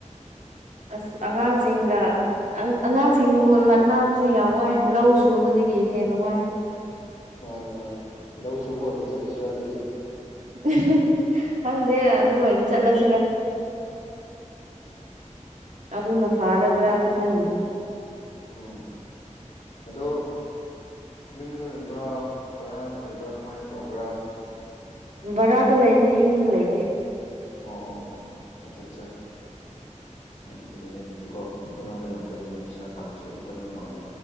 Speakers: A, on the right (about 75°); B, on the left (about 80°).
A: ꯑꯁ ꯑꯉꯥꯡꯁꯤꯡꯒ ꯑꯉꯥꯡꯁꯤꯡꯗꯨꯕꯨ ꯂꯛꯕꯁꯨ ꯌꯥꯝ ꯋꯥꯏ ꯂꯧ ꯁꯨꯕꯗꯒꯤ ꯍꯦꯟꯅ ꯋꯥꯏ
B: ꯃꯥꯅꯦ ꯃꯥꯅꯤ ꯂꯧ ꯁꯨꯕ ꯑꯣꯏꯅ ꯆꯠꯂꯨꯁꯤꯔꯥ ꯑꯗꯨꯗꯤ
A: <unintelligible> ꯈꯪꯗꯦ ꯑꯗꯨ ꯑꯣꯏꯅ ꯆꯠꯂꯁꯤꯔ ꯑꯗꯨꯅ ꯐꯔꯗ꯭ꯔꯥꯅ ꯈꯜꯅꯤ
B: ꯎꯝ ꯑꯗꯣ ꯌꯨꯝꯗ ꯂꯩꯕ꯭ꯔꯥ ꯕꯔꯥꯗ ꯂꯩꯕ꯭ꯔꯥ ꯀꯃꯥꯏꯅ ꯇꯧꯕ꯭ꯔꯥ
A: ꯕꯔꯥꯗ ꯂꯩꯅꯦ ꯌꯨꯝꯗ ꯂꯩꯇꯦ
B: ꯑꯣ ꯑꯣ ꯑꯆꯥ ꯑꯠꯆꯥ ꯌꯥꯝ ꯐꯩꯅꯦ ꯑꯗꯨꯗꯤꯀꯣ ꯍꯣꯠꯅꯕ ꯌꯥꯝ ꯀꯜꯂꯅꯤ ꯄꯩꯁꯥ ꯇꯥꯟꯕꯁꯨ ꯌꯥꯝ ꯀꯟꯕ ꯃꯥꯜꯂꯦ